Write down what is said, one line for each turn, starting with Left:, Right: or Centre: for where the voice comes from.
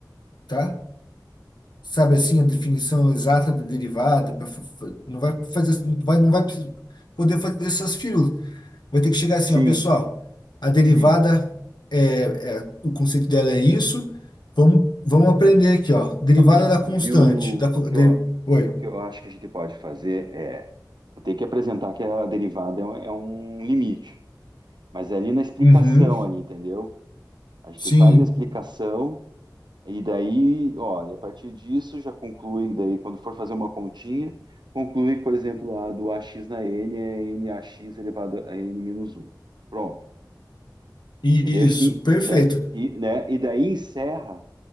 Left: tá? Sabe assim, a definição exata da derivada, pra fa- fa- não vai fazer, não vai, não vai precis- poder fazer essas firulas. Vai ter que chegar
Right: Sim,
Left: assim, ó, pessoal, a derivada
Right: sim.
Left: é, é- o conceito dela é isso. Vamos, vamos aprender aqui, ó. Derivada
Right: O que a gente
Left: da
Right: viu,
Left: constante, da co-
Right: o que
Left: de-
Right: eu,
Left: oi.
Right: o que eu acho que a gente pode fazer é ter que apresentar que a derivada é um, é um limite, mas é ali na explicação
Left: Uhum.
Right: ali, entendeu? A gente
Left: Sim,
Right: faz a explicação E daí, ó, a partir disso já conclui, daí quando for fazer uma continha, conclui, por exemplo, a do AX na N é NAX elevado a N menos um. Pronto.
Left: isso,
Right: E daí, acho que,
Left: perfeito.
Right: da- e, né, e daí encerra